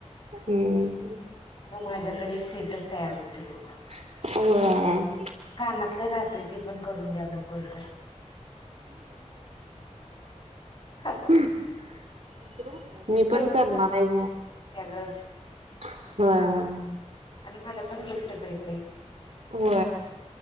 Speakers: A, on the right; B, on the left.
A: हम्म
B: मग माझ्याकडे एक सेटच तयार होतो
A: अ
B: कानातले राहते ते पण करून द्या मग कोणत <unintelligible>
A: ह मी
B: तेवढी
A: पण करणार आहे
B: ग
A: का हो
B: आणि मला पण गिफ्ट मिळतेय
A: व